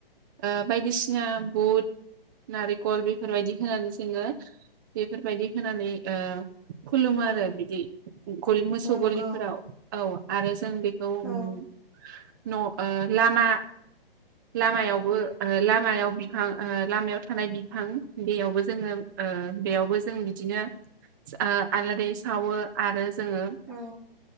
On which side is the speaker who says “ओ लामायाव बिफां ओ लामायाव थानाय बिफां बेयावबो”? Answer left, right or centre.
Right